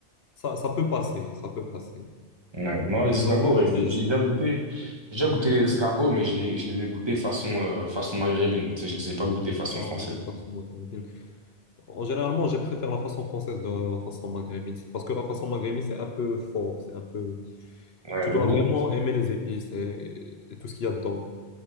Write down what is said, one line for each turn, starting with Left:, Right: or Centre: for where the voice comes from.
Left: ça, ça peut passer, ça peut passer.
Right: Ouais. Non, les escargots,
Left: Mais en réalité,
Right: ouais, j'ai
Left: j-
Right: j'ai déjà goûté, j'ai déjà goûté
Left: Hmm
Right: les escargots, mais je les, je les ai goûtés façon, euh, façon maghrébine. Tu sais, je les ai pas goûtés façon
Left: Ah
Right: française.
Left: oui, façon maghrébine. En généralement, je préfère la façon française de la façon maghrébine, C'est parce que la façon maghrébine, c'est un peu fort, c'est un peu...
Right: Ouais,
Left: Tu
Right: le
Left: dois
Right: goût.
Left: vraiment aimer les épices et, et tout ce qu'il y a dedans.